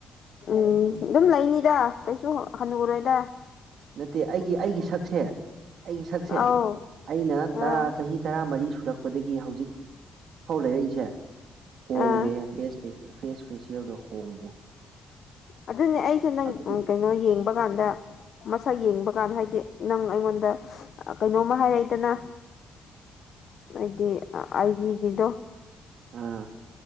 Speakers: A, on the left; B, on the right.
A: ꯎꯝ ꯑꯗꯨꯝ ꯂꯩꯅꯤꯗ ꯀꯩꯁꯨ ꯍꯟꯅꯨꯔꯣꯏꯗ
B: ꯅꯠꯇꯦ ꯑꯩꯒꯤ ꯑꯩꯒꯤ ꯁꯛꯁꯦ ꯑꯩꯒꯤ ꯁꯛꯁꯦ
A: ꯑꯧ
B: ꯑꯩꯅ
A: ꯑꯥ
B: ꯇꯔꯥ ꯆꯍꯤ ꯇꯔꯥꯃꯔꯤ ꯁꯨꯔꯛꯄꯗꯒꯤ ꯍꯧꯖꯤꯛ ꯐꯥꯎ ꯂꯩꯔꯛꯏꯁꯦ ꯍꯣꯡꯗꯦ
A: ꯑꯥ
B: ꯐꯦꯁ ꯐꯦꯁꯤꯌꯦꯜꯗꯣ ꯍꯣꯡꯗꯦ
A: ꯑꯗꯨꯅꯦ ꯑꯩꯁꯦ ꯅꯪ
B: ꯑꯗꯨꯒꯤ
A: ꯀꯩꯅꯣ ꯌꯦꯡꯕ ꯀꯥꯟꯗ ꯃꯁꯛ ꯌꯦꯡꯕ ꯀꯥꯟꯗ ꯍꯥꯏꯗꯤ ꯅꯪ ꯑꯩꯉꯣꯟꯗ ꯀꯩꯅꯣꯝꯃ ꯍꯥꯏꯔꯛꯏꯗꯅ ꯑꯩꯗꯤ ꯑꯥꯏ ꯖꯤ ꯒꯤꯗꯣ
B: ꯑ